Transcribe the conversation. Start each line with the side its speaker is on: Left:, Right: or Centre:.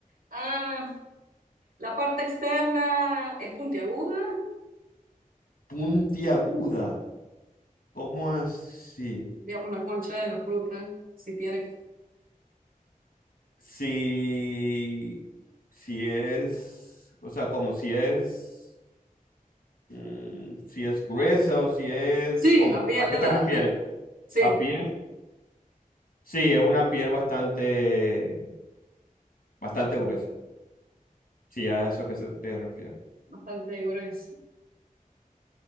Right: Ah, La parte externa es puntiaguda,
Left: Puntiaguda, ¿cómo así?
Right: digamos la concha de la fruta, si tiene...
Left: Si, si es, o sea, como si es, mm, si es gruesa o si es,
Right: Sí,
Left: ¿cómo?
Right: la piel
Left: ¿A qué
Right: de
Left: te
Right: la...
Left: refieres?
Right: del- sí,
Left: ¿La piel? Sí, es una piel bastante, bastante gruesa. Sí, es a eso que se te refieres.
Right: bastante gruesa.